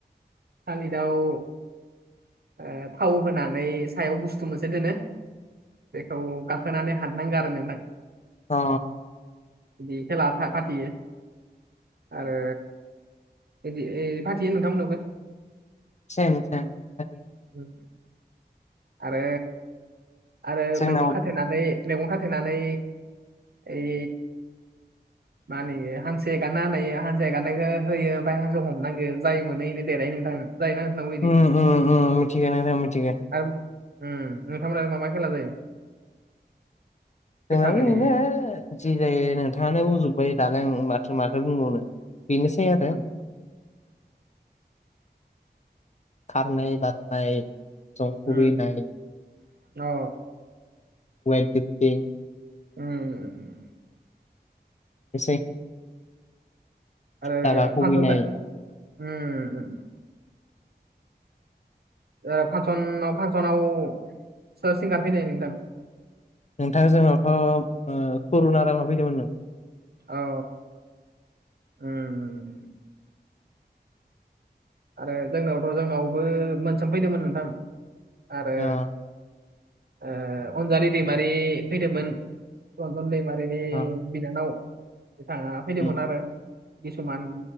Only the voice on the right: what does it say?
थालिरआव ओ थाव होनानै सायाव बुस्थु मोनसे दोनो। बेखौ गाखोनानै हाननांगो आरो नोंथां।
बिदि खेला फा-फाथियो। आरो इदि ओय फाथियो नोंथांमोननावबो
उम आरो आरो
मेगन खाथे नानै मेगन खाथेनानै ओय मा होनोएये हांसो एगारना होनायो हांसो एगारनायखो होयो ओमफ्राय हांसोखो हमनांगोन। जायनो मोनो इनो देरहायो नोंथां जायोना नोंबो इदि?
आरो उम नोंथांमोना मा मा खेला जायो? बैसागोनि
उम
उम उम अ
उम उम उम
आरो
फानसन जा उम उम ओ फानसनाव फानसनाव सोर सिंगार फैनाय नोंथां?
औ उम आरो जोंनावथ' जोंनावबो मोनसोम फैदोंमोन नोंथां आरो
ओ अनजालि दैमारि फैदोंमोन रनजन दैमारिनि
बिनानाव बिथाङा फैदोंमोन
आरो किसुमान